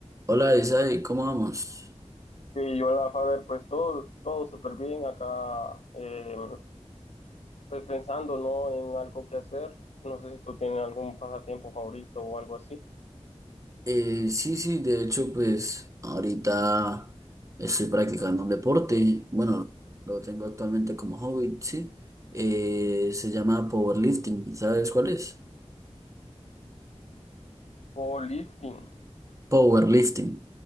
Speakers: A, on the right; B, on the left.
A: Hola Isai, ¿cómo vamos?
B: Y hola, Faber, pues todo, todo súper bien acá, eh, pues pensando, ¿no? en algo que hacer. No sé si tú tienes algún pasatiempo favorito o algo así.
A: Eh, sí, sí, de hecho, pues ahorita estoy practicando un deporte, bueno, lo tengo actualmente como hobby, sí, Eh, se llama powerlifting, ¿sabes cuál es?
B: O lifting.
A: Powerlifting,